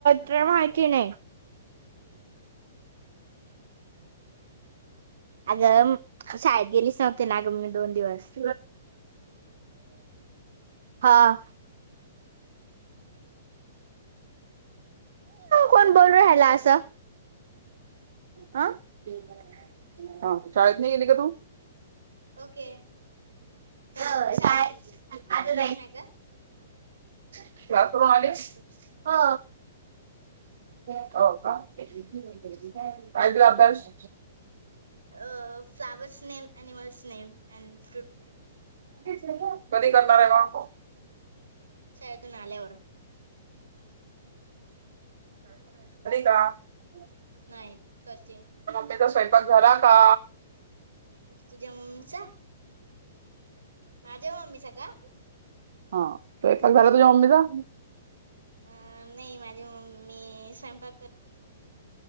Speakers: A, on the right (about 65°); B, on the right (about 90°).
A: ट्रॅव्ह केलय अगं शाळेत गेलीस नव्हती ना गं दोन दिवस हां कोण बोल रहाल अस हा हा शाळेत नाही गेली का तू
B: ओके. हो
A: आता
B: शाळेत आता जाईल ना गं.
A: शाळा करून आलीस. हो. क का काय हे अभ्यास
B: अ flowers name animals name and fruit name
A: कधी करणार आहे
B: शाळेतून आल्यावर
A: ग <unintelligible>
B: नाही करते.
A: तुझा स्वयंपाक झाला का.
B: तुझ्या मम्मीचा माझ्या मम्मीचा का
A: हा स्वयंपाक झाला तुझ्या मम्मीचा
B: अं नाही माझी मम्मी स्वयंपाक क